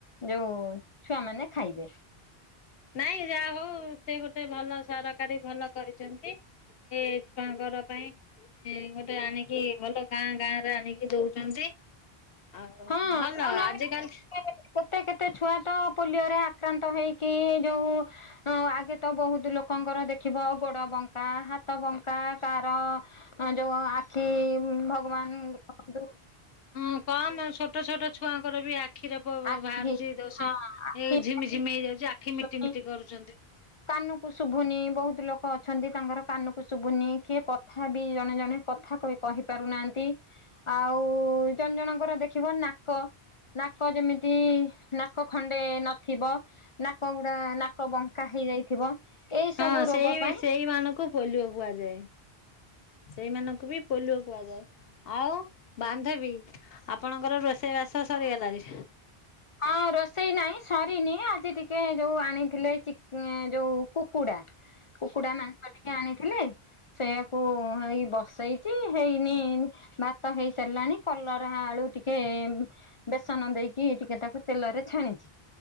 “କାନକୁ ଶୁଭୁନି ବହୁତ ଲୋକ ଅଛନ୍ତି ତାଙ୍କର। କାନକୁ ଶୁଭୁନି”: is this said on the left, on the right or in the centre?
Left